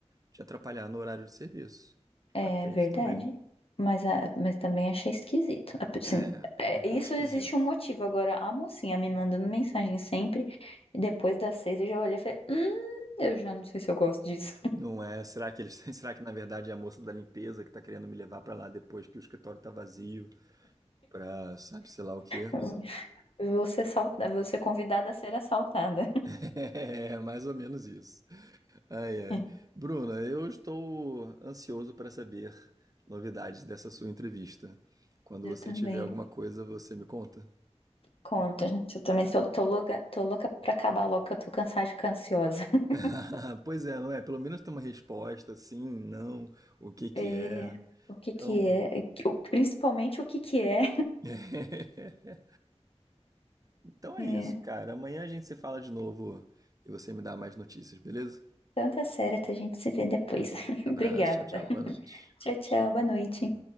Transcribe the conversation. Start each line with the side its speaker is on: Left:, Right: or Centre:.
Right: te atrapalhar no horário de serviço.
Left: É
Right: Pode ter
Left: verdade.
Right: isso também.
Left: Mas, a, mas também achei esquisito. A pe- Assim,
Right: É,
Left: é,
Right: é um pouco
Left: isso
Right: esquisito.
Left: existe um motivo. Agora, a mocinha me mandando mensagem sempre, e depois das seis eu já olhei e falei, hum, eu já não sei se eu gosto disso.
Right: Não é, será que eles, <laughs> será que na verdade é a moça da limpeza que tá querendo me levar pra lá depois que o escritório tá vazio, pra sabe sei lá o quê?
Left: <laughs> Eu vou ser assaltada, vou ser convidada a ser assaltada.
Right: <laughs> É, mais ou menos isso. Ai,
Left: <laughs>
Right: ai. Bruna, eu estou ansioso para saber novidades dessa sua entrevista. Quando
Left: Eu
Right: você
Left: também.
Right: tiver alguma coisa, você me conta?
Left: Conta, gente. Eu também tô, tô louca, tô louca pra acabar logo, que eu tô cansada de ficar ansiosa. <laughs>
Right: <laughs> Pois é, não é? Pelo menos tem uma resposta, sim, não, o que que
Left: É,
Right: é.
Left: o que que
Right: Então,
Left: é, o- principalmente o que que é.
Right: <laughs> então é
Left: É,
Right: isso, cara. Amanhã a gente se fala de novo e você me dá mais notícias, beleza?
Left: tanta séria, a gente se vê depois. <laughs>
Right: Abraço,
Left: Obrigada.
Right: tchau, tchau, boa noite.
Left: Tchau, tchau. Boa noite.